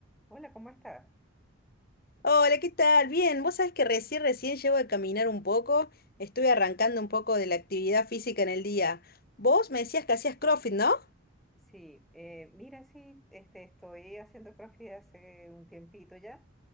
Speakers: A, in the centre; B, on the left.
A: Hola, ¿cómo estás?
B: Hola, ¿qué tal? Bien, vos sabés que recién, recién llego de caminar un poco, estuve arrancando un poco de la actividad física en el día. Vos me decías que hacías CrossFit, ¿no?
A: Sí, eh, mira, sí, este, estoy haciendo CrossFit hace un tiempito ya.